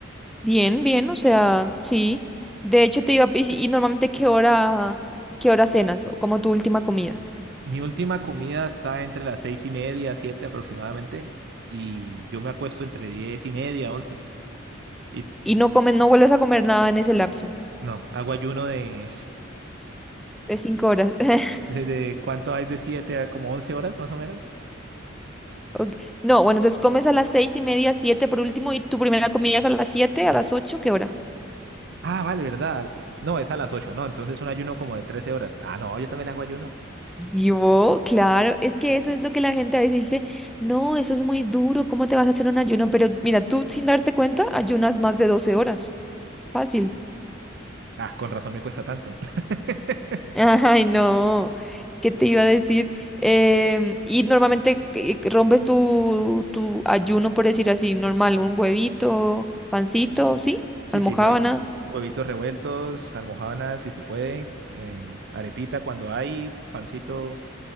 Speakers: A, in the centre; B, on the right.
A: Bien, bien, o sea, sí. De hecho, te iba a... ¿Y, si, y normalmente qué hora, qué hora cenas? o Como tu última comida.
B: Mi última comida está entre las seis y media, siete aproximadamente, y yo me acuesto entre diez y media, once. Y
A: Y no comes, no vuelves a comer nada en ese lapso
B: no, hago ayuno de,
A: de cinco horas. <laughs>
B: <laughs> de, de- ¿cuánto hay de siete a como once horas más o menos?
A: Ok, No, bueno, entonces comes a las seis y media, siete por último, y tu primera comida es a las siete, a las ocho, ¿qué hora?
B: Ah, vale, ¿verdad? No, es a las 8, ¿no? Entonces un ayuno como de 13 horas. Ah, no, yo también hago ayuno.
A: Yo, claro, es que eso es lo que la gente a veces dice, no, eso es muy duro, ¿cómo te vas a hacer un ayuno? Pero mira, tú sin darte cuenta, ayunas más de doce horas, fácil.
B: Ah, con razón me cuesta tanto. <laughs>
A: <laughs> Ay, no, ¿qué te iba a decir? Em, y normalmente ¿qué- qué rompes tu, tu ayuno, por decir así, normal, un huevito, pancito, ¿sí?
B: Sí,
A: Almojábana.
B: sí, güey. Huevitos revueltos, almojábanas si se puede, em, arepita cuando hay, pancito.